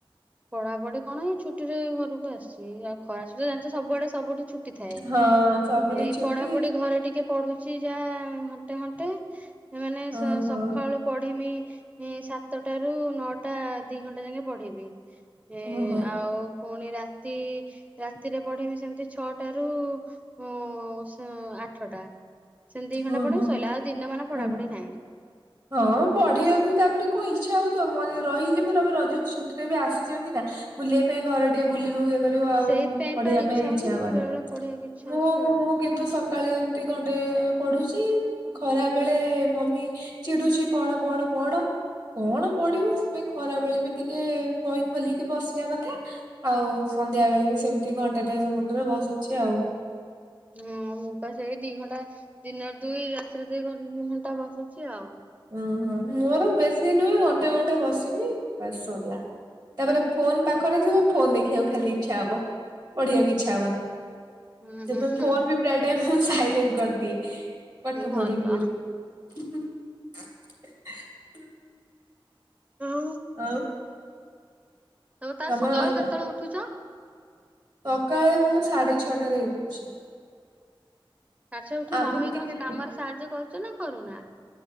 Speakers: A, on the right; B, on the right.
A: ପଢାପଢି କଣ ଏଇ ଛୁଟି ରେ ଘରକୁ ଆସ୍ଚି, ଆଉ ଖରା ଛୁଟି ରେ ଜାଣିଚ ସୁଆଡେ ସବୁଠି ଛୁ ଟି ଥାଏ,
B: ହଁ ସବୁଠି
A: ଏଇ
B: ଛୁଟି
A: ପଢାପଢି ଘରେ ଟିକେ ପଢୁଚି ଯାହା ଘଣ୍ଟେ-ଘଣ୍ଟେ ମାନେ
B: ହଁ ହଁ
A: ସକାଳୁ ପଢିମି <unintelligible> ସାତଟା ରୁ ନଅଟା ଦି ଘଣ୍ଟା ଜାଙ୍କେ ପଢିବି। ଏ
B: ଓହୋ
A: ଆଉ ପୁଣି ରାତି ରାତିରେ ପଢିବି ସେମ୍ତି ଛଅଟାରୁ <unintelligible> ସେ ଆଠଟା ସେମ୍ତି ଦି
B: ହଁ
A: ଘଣ୍ଟା ପଢିବି
B: ହଁ
A: ସଇଲା ଆଉ ଦିନମାନ
B: ହଁ।
A: ପଢାପଢି ନାହିଁ।
B: ହଁ ପଢିବାକୁ ତାପରେ କଣ ଇଚ୍ଛା ହଉଥିବ ମ ରହିଯିବୁମ ରଜ ଛୁଟିରେ ବି ଆସିଛନ୍ତି ନା ବୁଲିବା ପାଇଁ ଘ ଟିକେ ବୁଲିବାକୁ କରିବ ଆଉ
A: ସେଇଥିପାଇଁ
B: ପଢିବା
A: ପା
B: ପାଇଁ ଇଚ୍ଛା
A: ହଉନି
B: ହବନି
A: କିନ୍ତୁ ବେଳେ ବେଳେ ପଢିବାକୁ ଇଚ୍ଛା
B: ମୁଁ
A: ହଉଛି ଆଉ
B: ମୁଁ କିନ୍ତୁ ସକାଳେ ଏମତି ଗଣ୍ଡେ ପଢୁଛି ଖରା ବେଳେ ମମି ଚିଡୁଛିି ପଡ଼ ପଡ଼ ପଡ଼ କଣ ପଡିବୁ ସେଥିପାଇଁ ଖରା ବେଳେ ବି ଟିକେ ବହି ଖୋଲିକି ବସିବା କଥା ଆଉ ସନ୍ଧ୍ୟା ବେଳେ ବି ସେମିତି ଘଣ୍ଟାଟେ ଘଣ୍ଟାରେ ବସୁଛି ଆଉ
A: ହଁ ମୁଁ ତ ସେଇ ଦି ଘଣ୍ଟା ଦିନରେ ଦୁଇ ରାତିରେ ଦୁଇ ଘ ତିନି ଘଣ୍ଟା ବସୁଛି ଆଉ
B: ଓହୋ ମୋର ବେଶୀ ନୁହେଁ ଘଣ୍ଟେ ଘଣ୍ଟେ ବସିନି ସରିଲା ତାପରେ ଫୋନ ପାଖରେ ଥିବ ଫୋନ ଦେଖିବାକୁ ଖାଲି ଇଚ୍ଛା ହବ ପଢିବାକୁ ଇଚ୍ଛା ହବନି
A: ହୁଁ
B: ସେଥିପାଇଁ
A: ହୁଁ
B: ଫୋନ ବି ପ୍ରାୟ ଟାଇ ମୁ ସାଇଲେଣ୍ଟ କରିଦିଏ ପଠ
A: ହୁଁ
B: ଫଡ଼ି
A: ଭଲ
B: ବଲି ହୁଁ ହୁଁ ହ
A: ହଉଁ
B: ଆଉ
A: ଆଉ ତ
B: ତମର
A: ସକାଳୁ କେତେବେଳେ ଉଠୁଛ
B: ସକାଳେ ମୁଁ ସାଢେ ଛଟାରେ ଉଠୁଛି
A: ତା ଛ ଉଠି
B: ଆଗରୁ
A: ମମି
B: ଟିକେ
A: କଣ
B: ଡେ-
A: କାମରେ ସାହାଯ୍ୟ କରୁଛ ନା କରୁନା